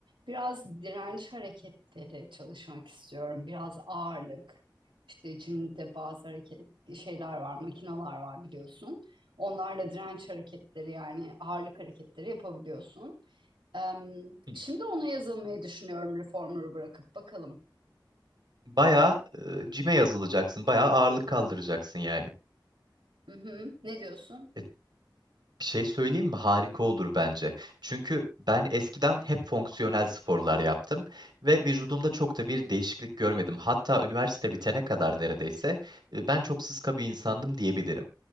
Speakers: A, on the right; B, on the right.
A: Biraz direnç hareketleri çalışmak istiyorum. Biraz ağırlık. İşte jimde bazı hareket şeyler var, makineler var biliyorsun. Onlarla direnç hareketleri yani ağırlık hareketleri yapabiliyorsun. Em,
B: Hı.
A: şimdi ona yazılmayı düşünüyorum reformer'ı bırakıp bakalım.
B: Bayağı e, cime yazılacaksın, bayağı ağırlık kaldıracaksın yani.
A: Hı hı. Ne diyorsun?
B: E, Bir şey söyleyeyim mi? Harika olur bence. Çünkü ben eskiden hep fonksiyonel sporlar yaptım ve vücudumda çok da bir değişiklik görmedim. Hatta üniversite bitene kadar neredeyse e, ben çok sıska bir insandım diyebilirim.